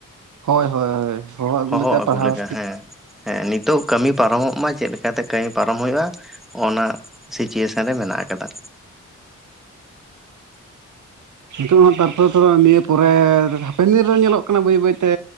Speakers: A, on the right; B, in the centre.
A: ᱦᱳᱭ ᱦᱳᱭ ᱟᱹᱜᱩ
B: ᱦᱚᱦᱚ ᱟᱜᱩ
A: ᱯᱟᱲᱦᱟᱣ
B: ᱞᱮᱠᱟ ᱦᱮᱸ ᱦᱮᱸ ᱱᱤᱛᱳᱜ ᱠᱟᱹᱢᱤ ᱯᱟᱨᱚᱢᱚᱜ ᱢᱟ ᱪᱮᱫᱞᱮ ᱪᱠᱟᱛᱮ ᱠᱟᱹᱢᱤ ᱯᱟᱨᱚᱢ ᱦᱩᱭᱩᱜᱼᱟ ᱚᱱᱟ ᱥᱤᱪᱩᱭᱮᱥᱚᱱ ᱨᱮ ᱢᱮᱱᱟᱜ ᱟᱠᱟᱫᱟ᱾ <unintelligible>
A: ᱱᱤᱛᱚᱜ ᱦᱚᱸ ᱛᱟᱨᱯᱚᱨᱮ ᱛᱚ ᱱᱤᱭᱟᱹ ᱯᱚᱨᱮ ᱦᱟᱯᱮᱱ ᱫᱤᱱ ᱨᱮ ᱧᱮᱞᱚᱜ ᱠᱟᱱᱟ ᱵᱟᱹᱭ ᱵᱟᱹᱭ ᱛᱮ